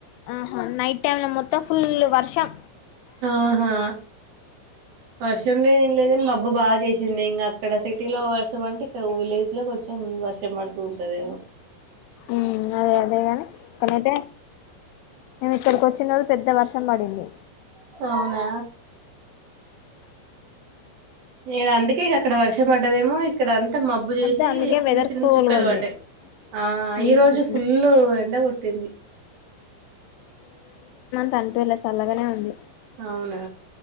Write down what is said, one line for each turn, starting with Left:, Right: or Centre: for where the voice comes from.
Left: ఆహా నైట్ టైమ్ లో మొత్తం ఫుల్ వర్షం
Right: ఆహా వర్షం లేదేం లేదంని మబ్బు బాగా చిన్న ఇంకా అక్కడ సిటీలో కొంచెం అంటే ఇ విలేజ్ లో కొంచెం వర్షం పడుతూ ఉంటదమో
Left: ఉమ్ అదే అదే గాని ఇక్కనైతే మేము ఇక్కడికి వచ్చిన రోజు పెద్ద వర్షం పడింది
Right: అవునా నేను అందుకే ఇక అక్కడ వర్ష పడ్డదేమో ఇక్కడ అంతా మబ్బు చేసి
Left: అంతే అందుకే
Right: చిన్న
Left: వెదర్
Right: చిన్న
Left: కూల్గా
Right: చుక్కలు
Left: ఉంది
Right: పడ్డాయి ఆ
Left: ఉమ్
Right: ఈ రోజు ఫుల్ ఎండ కొట్టింది
Left: తని పేర్ల చల్లగానే ఉంది
Right: అవునా